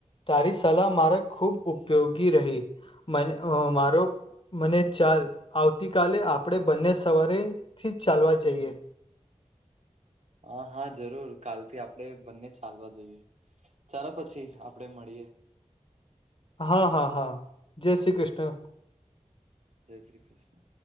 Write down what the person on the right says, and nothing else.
હા હા જરૂર કાલથી આપણે બંને ચાલવા જોઈએ ચાલો પછી આપડે મળીએે
જય શ્રી કૃષ્ણ